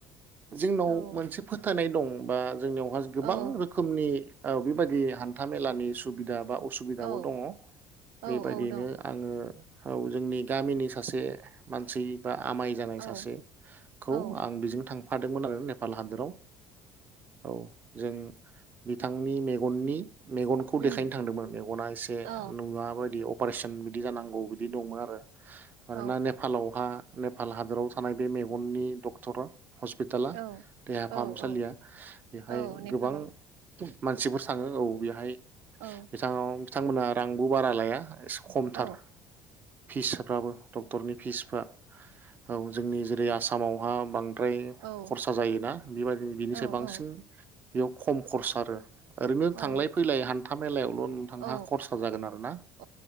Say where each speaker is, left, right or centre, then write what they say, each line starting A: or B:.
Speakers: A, on the right (about 25°); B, on the right (about 80°).
A: जोंनाव
B: औ
A: मोनसे फोथायनाय दं बा जोंनियावहा गोबां
B: औ
A: रोखोमनि औ बेबायदि हान्था मेलानि सुबिदा बा असुबिदाबो
B: औ
A: दङ'
B: औ
A: बेबायदियैनो
B: दं
A: आङो औ जोंनि गामिनि सासे मानसि बा आमाय जानाय
B: औ
A: सासेखौ
B: औ
A: आं बेजों थां फादोंमोन आरो नेपाल हादोराव औ जों बिथांनि मेगननि मेगनखौ
B: उम
A: देखायनो थांदोंमोन मेगना एसे
B: औ
A: नुवा बायदि अ अपारेशन बिदि जानांगौ बिदि दंमोन आरो मानोना
B: औ
A: नेपालावहा नेपाल हादराव थानाय बे मेगननि डक्टरा हस्पिटाला
B: औ
A: देहा
B: औ
A: फाहामसालिया
B: औ
A: बेहाय
B: औ नेपालाव
A: गोबां मानसिफोर थांङो औ बेहाय
B: औ
A: बिथाव बिथांमोनहा रांबो बारा लाया एसे खमथार
B: औ
A: फिसफ्राबो डक्टरनि फिसफ्रा औ जोंनि जेरै आसाम मावहा बां द्राय
B: औ औ
A: खरसा जायोना बेबादि बिनिसाय
B: औ
A: बांसिन
B: औ
A: बेयाव खम खरसा आरो ओरैनो
B: औ
A: थांलाय फैलाय हान था मेलायाव ल नोंथांहा
B: औ
A: खरसा जागोन आरोना
B: औ